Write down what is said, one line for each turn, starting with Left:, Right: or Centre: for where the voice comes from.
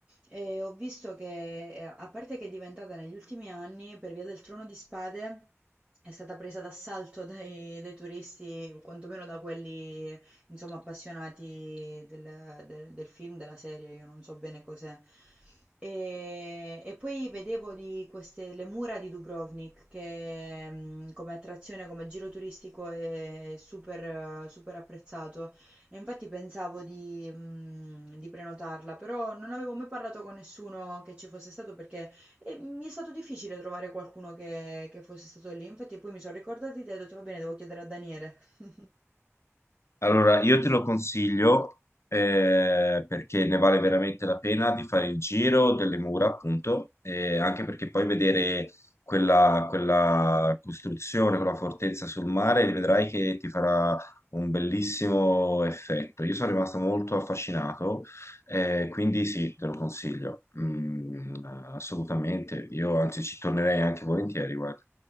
Right: E ho visto che, eh, a parte che è diventata negli ultimi anni, per via del Trono di Spade, è stata presa d'assalto dai, dai turisti, quantomeno da quelli insomma, appassionati del, del- del film, della serie, io non so bene cos'è. E, e poi vedevo di queste, le mura di Dubrovnik, che mh, come attrazione, come giro turistico è super, eh, super apprezzato. E infatti pensavo di, mh, di prenotarla, però non avevo mai parlato con nessuno che ci fosse stato perché eh, mi è stato difficile trovare qualcuno che, che fosse stato lì. Infatti poi mi sono ricordata di te e ho detto, va bene, devo chiedere a Daniele. <laughs>
Left: Allora, io te lo consiglio eh, perché ne vale veramente la pena di fare il giro delle mura, appunto, e anche perché poi vedere quella, quella costruzione, quella fortezza sul mare, vedrai che ti farà un bellissimo effetto. Io sono rimasto molto affascinato, eh, quindi sì, te lo consiglio, Mm, assolutamente. Io anzi ci tornerei anche volentieri, guarda.